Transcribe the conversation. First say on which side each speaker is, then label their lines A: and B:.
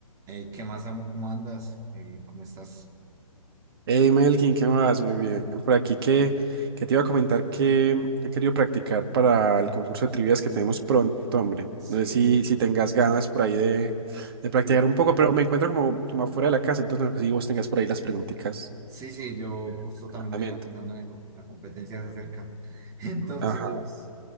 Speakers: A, on the right; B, on the right.
A: Ey, ¿qué más, amo? ¿Cómo andas? Eh, ¿cómo estás?
B: Hey Melkin, ¿qué más? Muy bien. Por aquí que, que te iba a comentar que, que he querido practicar para el concurso de trivias que tenemos pronto, hombre.
A: Sí,
B: No sé si,
A: sí,
B: si tengas ganas por ahí de, de practicar
A: yo,
B: un poco, pero me encuentro como, como afuera de la casa, entonces no sé si vos tengas por ahí las preguntitas
A: sí, sí, yo
B: de
A: justo
B: entrenamiento.
A: también venía pensando en eso, la competencia se acerca. <laughs> Entonces,
B: Ajá.